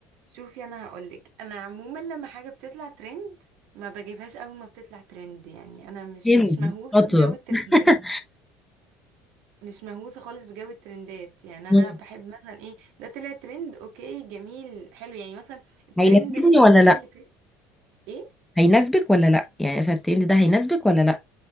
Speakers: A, on the right (about 65°); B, in the centre.
A: شوفي انا هقولك انا عموما لما حاجه بتطلع ترند ما بجيبهاش اول ما بتطلع ترند يعني انا مش
B: ترند
A: مش مهووسه
B: شاطرة
A: بجو الترندات
B: <laughs>
A: مش مهووسه خالص بجو الترندات يعني انا
B: مم.
A: بحب مثلا ايه ده طلع ترند اوكي جميل حلو يعني مثلا ترند
B: هيناسبني
A: ال-
B: ولا
A: العيد
B: لا
A: اللي فات ايه
B: هيناسبك ولا لا يعني مثلا الترند ده هيناسبك ولا لا